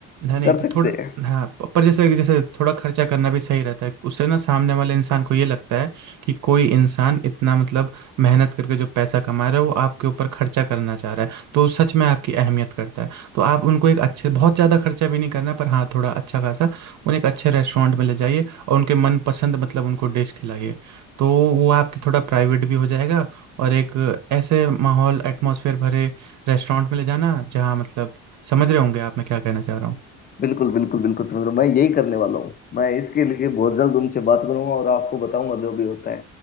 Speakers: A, on the right; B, on the left.
A: नहीं नहीं
B: कर
A: तो
B: सकते
A: थोड़ा
B: हैं
A: हाँ प- पर जैसे जैसे थोड़ा खर्चा करना भी सही रहता है उससे ना सामने वाले इंसान को ये लगता है कि कोई इंसान इतना मतलब मेहनत करके जो पैसा कमा रहा है वो आपके ऊपर खर्चा करना चाह रहा है तो सच में आपकी अहमियत करता है तो आप उनको एक अच्छे बहुत ज़्यादा खर्चा भी नहीं करना पर हाँ थोड़ा अच्छा खासा उन्हें एक अच्छे रेस्टोरेंट में ले जाइए और उनके मनपसंद मतलब उनको डिश खिलाइए तो वो आपकी थोड़ा प्राइवेट भी हो जाएगा और एक ऐसे माहौल एटमॉस्फेयर भरे रेस्टोरेंट में ले जाना जहाँ मतलब समझ रहे होंगे आप मैं क्या कहना चाह रहा हूँ
B: बिल्कुल बिल्कुल बिल्कुल समझ रहा हूँ मैं यही करने वाला हूँ मैं इसके लिए बहुत जल्द उनसे बात करूंगा और आपको बताऊंगा जो भी होता है